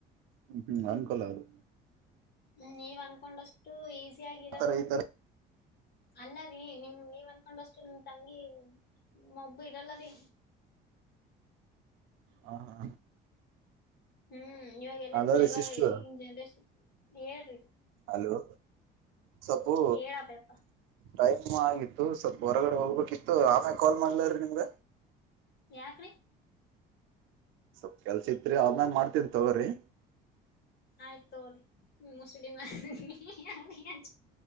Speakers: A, on the right; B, on the left.
A: ಹ್ಮ್ ಹ್ಮ್ ಅನ್ಕೋಲ್ಲ ಅವರು
B: ಹ್ಮ್ ನೀವ್ ಅನ್ಕೊಂಡಷ್ಟು ಈಸಿ ಆಗಿರಲ್
A: ಆತರ ಈ ತರ
B: ಅಲ್ಲ ರೀ ನಿಮ್ ನೀವ್ ಅನ್ಕೊಂಡಷ್ಟು ನಿಮ್ ತಂಗಿ ಮಬ್ಬು ಇರಲ್ಲರೀ
A: ಹಾ ಹಾ
B: ಹ್ಮ್ ಇವಾಗ ಎಲ್ಲ
A: ಹಲೋ
B: ಕ್ಲೆವರ
A: ರೀ ಸಿಸ್ಟರ್
B: ಈಗಿನ್ ಜನರೇಶನ್ ಹೇಳ್ರಿ
A: ಹಲೋ ಸೊಪ್ಪು
B: ಹೇಳಪ್ಪಯಪ್ಪಾ
A: ಟೈಮ್ ಆಗಿತ್ತು ಸ್ವಲ್ಪ ಹೊರಗಡೆ ಹೋಗ್ಬೇಕಿತ್ತು ಆಮೇಗ ಕಾಲ್ ಮಾಡ್ಲಾರೀ ನಿಮಗ್
B: ಯಾಕ್ರೀ
A: ಸ್ವಲ್ಪ್ ಕೆಲ್ಸ ಇತ್ರಿ ಆಮೇಲ ಮಾಡ್ತೀನ್ ತೋಗೋರಿ
B: ಆಯ್ತೊರಿ ನಿಮ್ಮ ಮುಸಡಿನಾ <unintelligible>